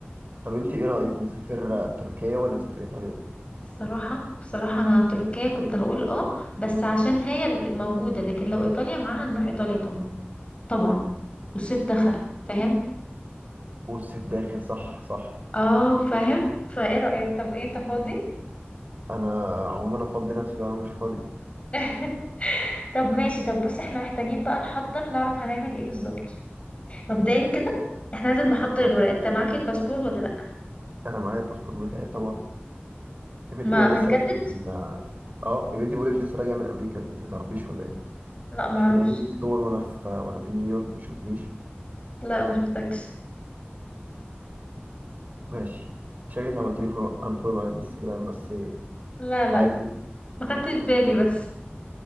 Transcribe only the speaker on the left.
بصراحه بصراحه انا تركيا كنت هقول اه بس عشان هي اللي موجوده لكن لو ايطاليا معاها نروح ايطاليا طبعا طبعا والصيف دخل فاهم
اه فاهم فايه رايك طب ايه انت فاضي
<laughs> طب ماشي طب بص احنا محتاجين بقى نحضر نعرف هنعمل ايه بالظبط مبدئيا كده احنا لازم نحضر
الورق انت معاك الباسبور ولا لا
ما
متجدد
لا معرفش
لا ما شفتكش
لا لا
ما خدتش بالي بس